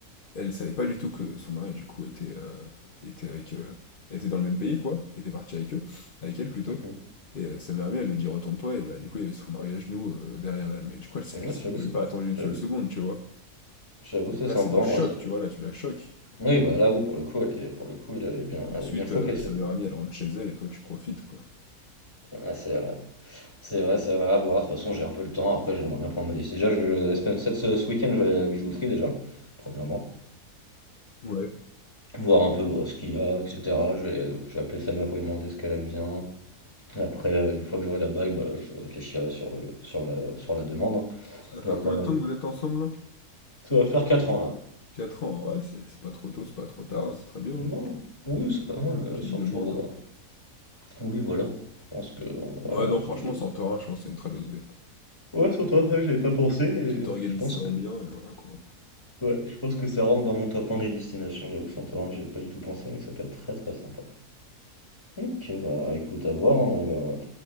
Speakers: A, on the left; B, on the left.
A: elle savait pas du tout que son mari, du coup, était, euh, était avec, euh, était dans le même pays, quoi, était parti avec eux, avec elle, plutôt.
B: mhm.
A: Et euh, sa meilleure amie, elle lui dit, retourne-toi, et bah, du coup, il y avait son mari à genoux euh, derrière elle, mais du coup, elle s'est
B: Ouais,
A: elle s'est
B: j'avoue,
A: même
B: c'est-
A: pas attendue une
B: j'avoue,
A: seule seconde,
B: c'est-
A: tu vois.
B: j'avoue, c'est
A: Là,
B: sympa
A: c'est le
B: en
A: choc,
B: vrai, ça.
A: tu vois, là, tu la choques.
B: Oui, bah là, oui, pour le coup, elle est, pour le coup, elle est bien,
A: Et ensuite,
B: elle est bien choquée,
A: euh, sa
B: c'est
A: meilleure amie, elle rentre chez elle et toi, tu profites, quoi.
B: ah, c'est vrai. C'est vrai, c'est vrai, à voir. De toute façon, j'ai un peu le temps. Après, j'aimerais bien prendre ma décision. Déjà, je, la semaine, cette, ce ce week-end, je vais à la bijouterie déjà, premièrement.
A: Ouais.
B: Voir un peu bon, ce qu'il y a, etc. Je vais, je vais appeler Samia pour lui demander ce qu'elle aime bien. Après, euh, une fois que j'aurai la bague, bah, je réfléchirai sur le, sur la, sur la demande. hein.
A: Ça va
B: Ça
A: faire
B: va faire,
A: combien
B: ouais.
A: de temps que vous êtes ensemble, là?
B: ça va faire 4 ans là.
A: 4 ans, ouais, c'est c'est pas trop tôt, c'est pas trop tard, hein, c'est très bien.
B: Non,
A: hein.
B: oui, c'est pas mal, euh,
A: Tu
B: surtout.
A: te demandes,
B: euh,
A: hein.
B: oui, voilà. Je pense que. on- Voilà,
A: Ouais, non, franchement,
B: j'ai- il y a-
A: sans tort, hein, je pense que c'est une très bonne idée.
B: Ouais, sur toi, ça, j'avais pas pensé. et
A: Tu t'organises
B: je pense
A: ça
B: que.
A: en bien, et voilà, quoi.
B: Ouais, je pense que ça rentre dans mon top 1 des destinations. J'avoue que sans toi, hein, j'avais pas du tout pensé, mais que ça peut être très très sympa. Ok, bah écoute, à voir, hein, on verra,